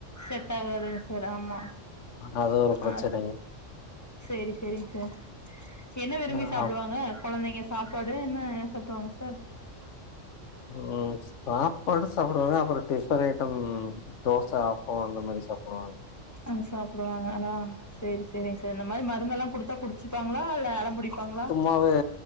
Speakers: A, on the left; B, on the left.
A: செட் ஆகாதுங்க சார் ஆமா
B: அது ஒரு பிரச்சனைங்க
A: அ சேரி சேரிங் சார் என்ன விரும்பி
B: ஆ
A: சாப்டுவாங்க
B: ஆமா
A: கொழந்தைங்க சாப்பாடு என்ன சாப்டுவாங்க சார்
B: ம் சாப்பாடு சாப்டுவாங்க அப்றோ டிஃபன் ஐட்டம் தோச அப்போம் அந்த மாரி சாப்டுவாங்க
A: அத சாப்டுவாங்களா சேரி சேரிங் சார் இந்த மாரி மருந்தல்லா குடுத்தா குடிச்சுப்பாங்களா இல்ல அடம்புடிப்பாங்ளா
B: மதியோ